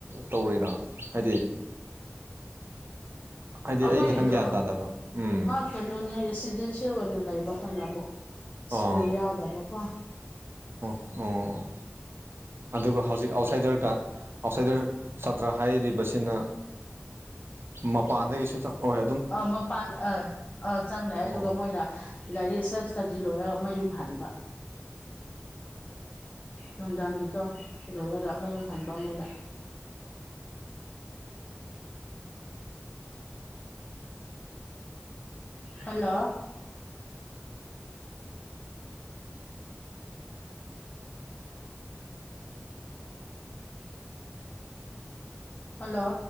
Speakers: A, on the right; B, on the left.
A: ꯇꯧꯔꯤꯔ ꯍꯥꯏꯗꯤ <inaudible> ꯍꯥꯏꯗꯤ
B: ꯑꯩꯈꯣꯏꯒꯤꯗꯣ
A: ꯑꯩ ꯈꯤꯇꯪ ꯒ꯭ꯌꯥꯟ ꯇꯥꯗꯕ ꯎꯝ
B: ꯀꯩꯅꯣꯅꯦ ꯔꯦꯁꯤꯗꯦꯟꯁꯤꯌꯦꯦꯜ ꯑꯣꯏꯅ ꯂꯩꯕꯈꯅ ꯑꯃꯨꯛ
A: ꯑꯣ
B: ꯁꯀꯨꯔꯤ ꯌꯥꯎꯗꯕ ꯀꯣ
A: ꯑꯣ ꯑꯣ ꯑꯗꯨꯒ ꯍꯧꯖꯤꯛ ꯑꯥꯎꯠꯁꯥꯏꯗꯔꯀ ꯑꯥꯎꯠꯁꯥꯏꯗꯔ ꯁꯥꯇ꯭ꯔ ꯍꯥꯏꯔꯤꯕꯁꯤꯅ ꯃꯄꯥꯟꯗꯒꯤꯁꯨ ꯑꯣꯏ
B: ꯑ ꯃꯄꯥꯟ ꯑ ꯑ ꯆꯪꯅꯑꯦ ꯑꯗꯨꯒ
A: ꯑꯣ
B: ꯃꯣꯏꯅ ꯂꯥꯏꯔꯤꯛ ꯁꯦꯜꯐ ꯏꯁꯇꯗꯤ ꯂꯣꯏꯔꯒ ꯃꯌꯨꯝ ꯍꯟꯕ ꯅꯨꯡꯗꯥꯡꯒꯤꯗꯣ ꯂꯣꯏꯔꯒ ꯃꯌꯨꯝ ꯍꯟꯕꯅ ꯍꯜꯂꯣ ꯍꯜꯂꯣ